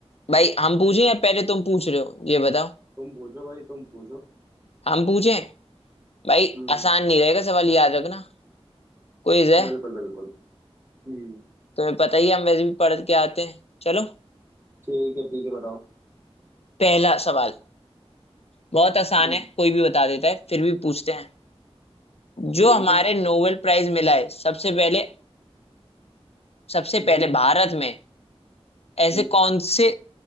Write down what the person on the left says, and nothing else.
भाई हम पूछें या पहले तुम पूछ रहे हो ये बताओ
हम पूछें भाई
आसान नहीं रहेगा सवाल याद रखना क्विज है
तुम्हें पता ही है, हम वैसे भी पढ़ के आते हैं चलो
पहला सवाल बहुत आसान
है कोई भी बता देता है फिर भी पूछते हैं जो
हमारे
नोबेल प्राइज मिला है सबसे पहले सबसे
पहले भारत में ऐसे
कौन से